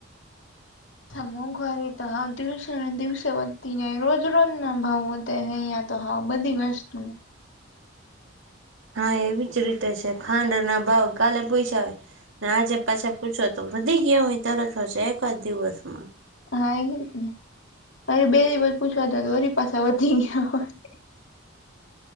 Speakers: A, on the left; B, on the right.
A: મોંઘવારી તો હાવ દિવસે ને દિવસે વધતી જાય, રોજ રોજ ના ભાવ વધે હે યા તો હા બધી વસ્તુ
B: હા એવી જ રીતે છે, ખાંડના ભાવ કાલે પોઇચા ના આજે પાછા પૂછો તો વધી ગની તરસો છે એકાદ દિવસમાં
A: હા બે દિવ પૂછવા ત વરી પાછા વધી ગયા હોય.